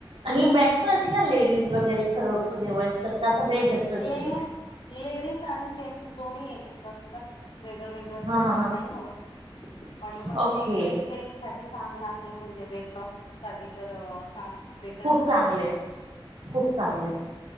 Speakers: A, on the right; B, on the left.
A: आणि बॅच पण असल ना लेडीज वगैरे सर्व सगळे वयस्कर ता सगळ एकत्रच
B: ले
A: आहे.
B: लेडीज आणि जेन्स दोन्ही एकत्र वेगळ वेगळं
A: हा
B: शेशण
A: हा हा
B: नाही होत पण मग
A: ओके
B: ते हेल्थ साठीच चांगलं आहे म्हणजे वेट लॉस साठी तर चांग बेटरच
A: खूप चांगले
B: आहे.
A: खूप चांगले
B: हम्म.